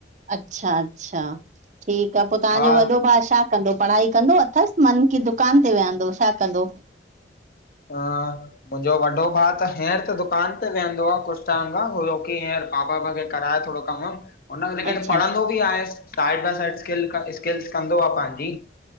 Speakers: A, on the right (about 45°); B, on the left (about 55°).
A: अच्छा-अच्छा ठीक आ पो तांजो
B: हा
A: वॾो भा शा कंदो पढ़ाई कंदो अथस मन की दुकान ते वियंदो छा कंदो?
B: हा मुं ॼो औवॾो भा त हींअर त दुकान ते वेहंदो आ कुछ टाइम खा छो हींअर पापा वगै कराय थोड़ो कम वम। हुन लेकिन
A: अच्छा
B: पढ़ंदो बि आहे। Side by side skill, skills कंदो आहे पंहिंजी।